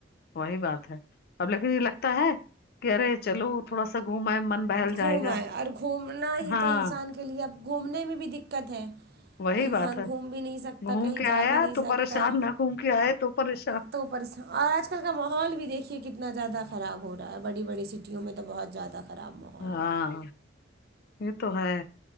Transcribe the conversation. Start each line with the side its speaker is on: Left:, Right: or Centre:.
Left: وہی بات ہے اب لیکن یہ لگتا ہے کہ ارے چلو تھوڑا سا گھوم آئے من بہل
Right: گھوم
Left: جائے گا
Right: آئے اور گھومنا ہی
Left: ہاں
Right: تو انسان کے لیے اب گھومنے میں بھی دقت ہے
Left: وہی بات
Right: انسان
Left: ہے
Right: گھوم بھی نہیں سکتا
Left: گھوم
Right: کہیں
Left: کے
Right: جا
Left: آیا
Right: بھی نہیں
Left: تو
Right: سکتا
Left: پریشان نہ گھوم کے آئے تو پریشان
Right: تو اوپرس اور آج کل کا ماحول بھی دیکھیے کتنا زیادہ خراب ہو رہا ہے بڑی بڑی سٹی ٹیوں میں تو بہت زیادہ خراب ماحول
Left: ہاں
Right: ہے
Left: یہ تو ہے